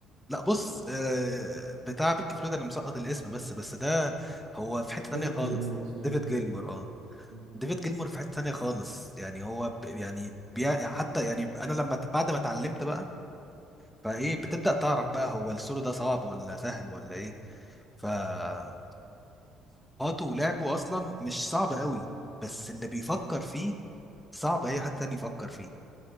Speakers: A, in the centre; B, on the right.
A: لا بص آه، بتاع بيك فلويد انا مسقط الاسم بس بس ده هو في حتة
B: ديفيد
A: تانية خالص
B: جيلمور اسمه
A: ديفيد
B: ديفيد جيلمور
A: جيلمور اه
B: مم.
A: ديفيد جيلمور في حتة تانية خالص يعني هو ب- يعني بي... حتى يعني انا لما ت- بعد ما اتعلمت بقى فايه بتبدأ تعرف بقى هو السولو ده صعب ولا سهل ولا ايه فسولوهاته ولعبه اصلا مش صعب قوي بس اللي بيفكر فيه صعب اي حد تاني يفكر فيه